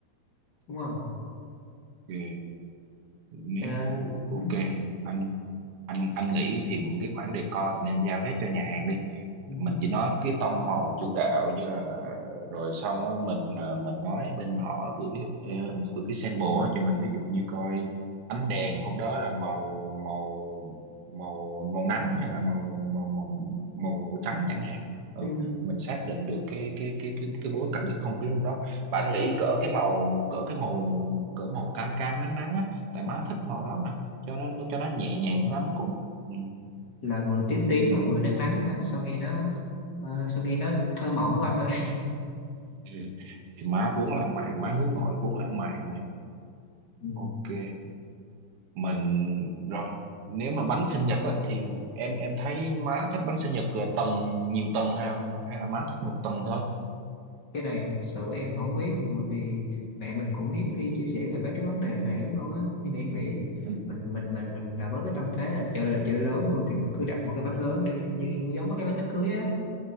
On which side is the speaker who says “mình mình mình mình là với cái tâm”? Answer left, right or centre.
Left